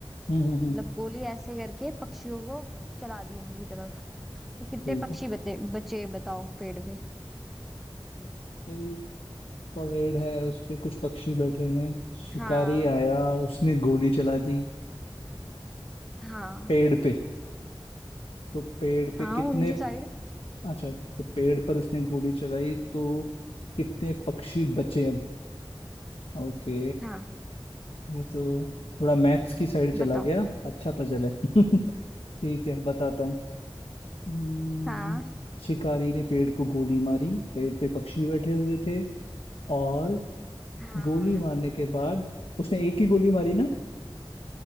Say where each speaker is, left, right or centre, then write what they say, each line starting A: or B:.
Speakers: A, on the left; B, in the centre.
A: हम्म हम्म हम्म
B: मतलब गोली ऐसे करके पक्षियों को चला दी उनकी तरफ तो कितने
A: ठीक
B: पक्षी बचे बचे बताओ पेड़ पे
A: है परेड है उस पे कुछ पक्षी बैठे हैं शिकारी
B: हाँ
A: आया उसने गोली चला दी
B: हाँ
A: पेड़ पे तो पेड़ पे
B: हाँ
A: कितने
B: उनकी साइड
A: अच्छा तो पेड़ पर उसने गोली चलाई तो कितने पक्षी बचे अब ओके
B: हाँ
A: ये तो थोड़ा मैथ्स की साइड चला
B: बताओ
A: गया अच्छा पजल है <laughs> ठीक है बताता हूँ हम्म,
B: हाँ
A: शिकारी ने पेड़ को गोली मारी पेड़ पे पक्षी बैठे हुए थे और
B: हाँ
A: गोली मारने के बाद उसने एक ही गोली मारी ना